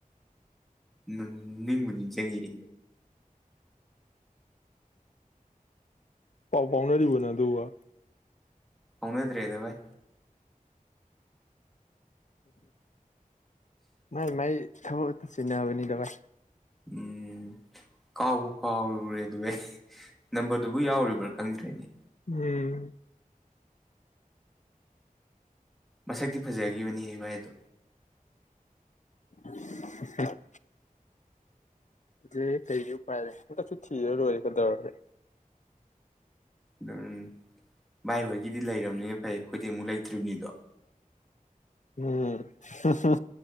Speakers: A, in the centre; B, on the left (about 55°).
A: ꯎꯝ ꯅꯤꯡꯕ ꯅꯤꯡ ꯆꯪꯉꯦ
B: ꯄꯥꯎ ꯐꯥꯎꯅꯔꯤꯕꯅꯦ ꯑꯗꯨꯒ
A: ꯎꯃꯤꯗ ꯔꯦꯗꯕꯥꯏ
B: ꯃꯥꯏ ꯃꯥꯏ ꯊꯕꯛꯛꯇ ꯁꯤꯟꯅꯕꯅꯤꯗꯕꯥ
A: ꯎꯝ ꯀꯥꯎꯕ ꯀꯥꯎꯔꯨꯔꯦ ꯑꯗꯨ ꯑꯩ ꯅꯝꯕꯔꯗꯨꯕꯨ ꯌꯥꯎꯔꯤꯕ꯭ꯔꯥ ꯈꯪꯗ꯭ꯔꯦꯅꯦ
B: ꯎꯝ
A: ꯃꯁꯛꯇꯤ ꯐꯖꯈꯤꯕꯅꯤꯕꯏꯗꯣ
B: ꯑ ꯑꯗꯨ ꯀꯩꯗꯤ ꯎꯄꯥꯏꯔꯦ ꯍꯟꯗꯛꯁꯨ ꯊꯤꯔ ꯂꯣꯏꯔꯒꯗꯧ
A: ꯑꯗꯨꯝ ꯚꯥꯏ ꯍꯣꯏꯒꯤꯗꯤ ꯂꯩꯔꯕꯅꯤ ꯐꯩ ꯈꯨꯗꯤꯡꯃꯨꯛ ꯂꯩꯇ꯭ꯔꯤꯕꯅꯤꯗꯣ
B: ꯎꯝ ꯍ ꯍ